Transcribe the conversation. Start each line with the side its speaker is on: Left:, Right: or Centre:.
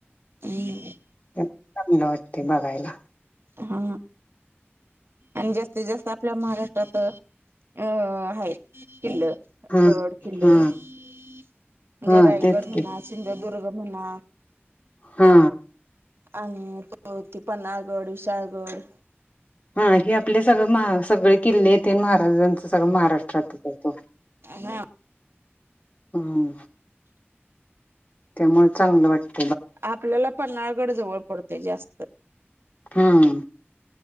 Right: ह.
Left: चांगलं वाटते बघायला.
Right: हा आणि जास्तीत जास्त आपल्या महाराष्ट्रात अ हाय किल्ल
Left: हा
Right: गड किल्ल
Left: हा
Right: म्हणजे
Left: हा
Right: रायगड
Left: तेच
Right: म्हणा
Left: की
Right: दुर्ग म्हणा
Left: हा
Right: आणि तो त पन्नाळागड, विशाळगड
Left: हा हे आपले सगळं म सगळे किल्लेेते महाराजांच सगळं महाराष्ट्रातच तो
Right: हा.
Left: हम्. त्यामुळे चांगलं वाटतं.
Right: आपल्याला पन्हाळगड जवळ पडतेय जास्त.
Left: हम्म.